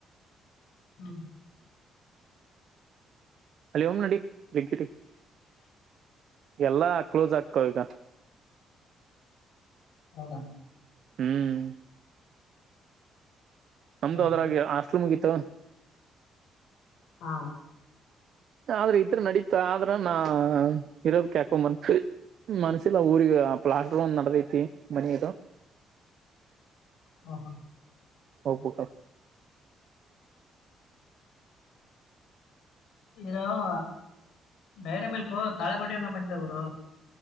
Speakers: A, on the left; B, on the right.
A: ಹ್ಮ್
B: ಅಲ್ಲಿ ಓಂ ನಡಿ ಬೆಂಕಿಟ ಎಲ್ಲಾ ಕ್ಲೋಸ್ ಆಗ್ಕ ಈಗ
A: ಹೌದಾ
B: ಹ್ಮ್ ನಮ್ದು
A: ಹ್ಮ್
B: ಅದ್ರಾಗ ಆಾಸ್್ರೂಮ್ಗಿತ್ತು
A: ಹಾ
B: ಆದ್ರೆ ಇದ್ರ ನಡೀತ ಆದ್ರ ನಾ ಇರೋದ ಕ್ಯಾಕೊಂಬಂತು ಮನ್ಸ ಇಲ್ಲ ಊರಿಗೆ ಪ್ಲಾಸ್ಟರ್ ಒಂದು್ ನಡದೈತಿ ಮನದು
A: ಹಾ
B: <unintelligible>
A: ನಾವು ಡೈರ ಮಿಲ್ಕು ತಾಳಿಕೋಟಿ ಇಂದ ಬಡಿದೆವ ಗುರು.